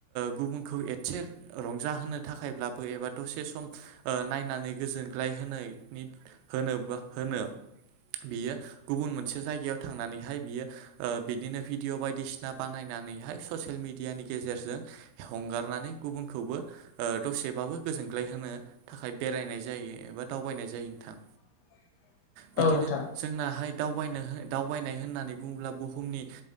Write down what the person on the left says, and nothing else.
<unintelligible>
औ नोंथां